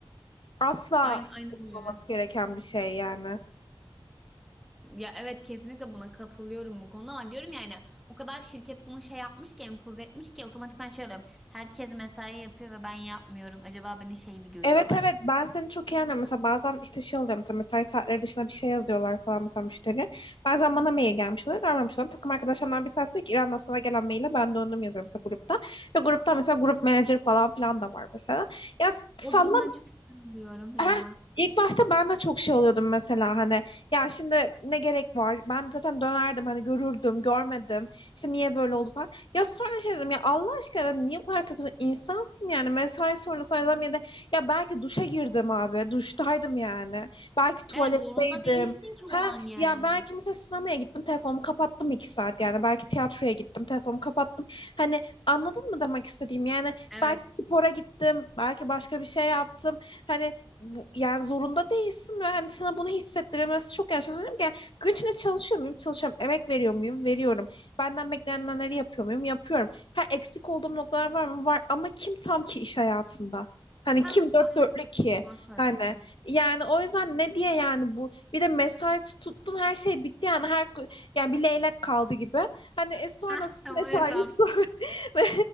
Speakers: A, on the left; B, in the centre.
A: asla
B: Aynen, aynen
A: olmaması
B: öyle.
A: gereken bir şey yani.
B: Ya evet kesinlikle buna katılıyorum bu konuda ama diyorum yani o kadar şirket bunu şey yapmış ki empoze etmiş ki otomatikman şey oluyorum. Herkes mesai yapıyor ve ben yapmıyorum. Acaba beni şey mi görüyorlar?
A: Evet evet ben seni çok iyi anlıyorum. Mesela bazen işte şey oluyor mesela mesai saatleri dışında bir şey yazıyorlar falan mesela müşteri. Bazen bana mail gelmiş oluyor görmemiş oluyorum. Takım arkadaşlarımdan bir tanesi diyor ki İrem'den sana gelen maile ben döndüm yazıyorum mesela grupta. Ve grupta mesela grup manager falan filan da var mesela. Ya salla
B: O durumdan çok üzülüyorum ya.
A: Heh, ilk başta ben de çok şey oluyordum mesela hani ya şimdi ne gerek var ben zaten dönerdim hani görürdüm görmedim işte niye böyle oldu falan ya sonra şey dedim ya Allah aşkına dedim, niye bu kadar takıyorsun insansın yani mesai sonrası adam ya da ya belki duşa girdim abi duştaydım yani belki tuvaletteydim
B: Evet zorunda değilsin ki o
A: ha
B: an yani.
A: ya belki mesela sinemaya gittim telefonumu kapattım iki saat yani belki tiyatroya gittim telefonumu kapattım hani anladın mı demek istediğim yani
B: Evet.
A: belki spora gittim belki başka bir şey yaptım Hani bu, yani zorunda değilsin ve hani sana bunu hissettiremez çok yanlış anlıyorum ki yani gün içinde çalışıyor muyum çalışıyorum emek veriyor muyum veriyorum benden beklenenleri yapıyor muyum yapıyorum ha eksik olduğum noktalar var mı var ama kim tam ki iş hayatında hani
B: Hah
A: kim dört
B: aynen
A: dörtlük
B: öyle.
A: ki
B: Doğru söyledin.
A: hani yani o yüzden ne diye yani bu bir de mesai tuttun her şey bitti yani her yani bir leylek kaldı gibi hani e, sonrasında
B: Hah <laughs> bu
A: mesai
B: hesap.
A: <laughs> ve